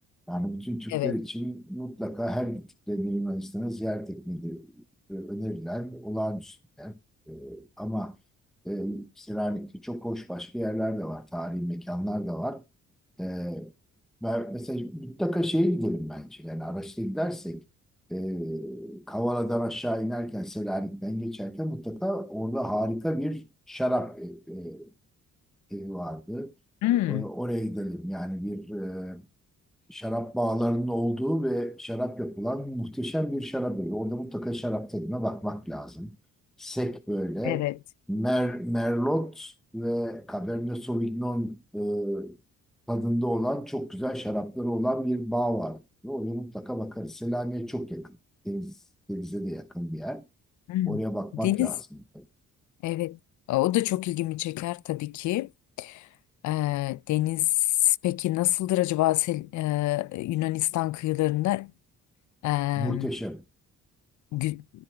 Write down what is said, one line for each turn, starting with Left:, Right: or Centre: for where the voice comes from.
Centre: Yani bütün Türkler
Left: Evet.
Centre: için mutlaka her gittiklerinde Yunanistan'a ziyaret etmeleri e, önerilen olağanüstü bir yer. E, ama e, Selanik'te çok hoş başka yerler de var, tarihi mekanlar da var. E, ve mesela mutlaka şeye gidelim bence. Yani araçla gidersek e, Kavala'dan aşağı inerken Selanik'ten geçerken mutlaka orada harika bir şarap e, e, evi vardı.
Left: Hmm,
Centre: E, Oraya gidelim. Yani bir e, şarap bağlarının olduğu ve şarap yapılan muhteşem bir şarap evi. Orada mutlaka şarap tadına bakmak lazım. Sek böyle
Left: evet.
Centre: Mer, Merlot ve Cabernet Sauvignon e, tadında olan çok güzel şarapları olan bir bağ var. Oraya mutlaka bakarız. Selanik'e çok yakın. Deniz, denize de yakın bir yer.
Left: Hmm.
Centre: Oraya bakmak
Left: Deniz
Centre: lazım.
Left: Evet, o da çok ilgimi çeker tabii ki. Ee, deniz peki nasıldır acaba Sel- e, Yunanistan kıyılarında Ee,
Centre: Muhteşem.
Left: gü-